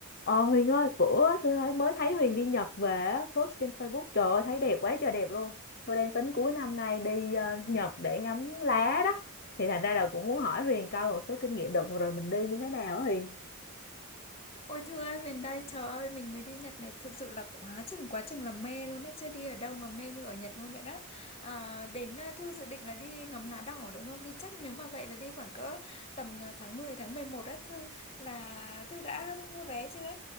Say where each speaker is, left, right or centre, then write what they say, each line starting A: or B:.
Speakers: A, on the left; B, on the left.
A: Ờ Huyền ơi, bữa tôi thấy mới thấy Huyền đi Nhật về á, post trên Facebook, trời ơi thấy đẹp quá trời đẹp luôn. Tôi đang tính cuối năm nay đi ờ, Nhật để ngắm lá đó. Thì thành ra là cũng muốn hỏi Huyền coi một số kinh nghiệm đợt vừa rồi mình đi như thế nào á Huyền.
B: Ôi thưa ơi, Huyền đây, trời ơi, mình mới đi Nhật này, thực sự là quá trình quá trình là mê luôn á, chưa đi ở đâu mà mê như ở Nhật luôn vậy đó. À, đến à, Thư dự định là đi ngắm lá đỏ đúng không? Đi chắc nếu mà vậy là đi khoảng cỡ tầm à, tháng mười tháng mười một á, Thư là Thư đã mua vé chưa?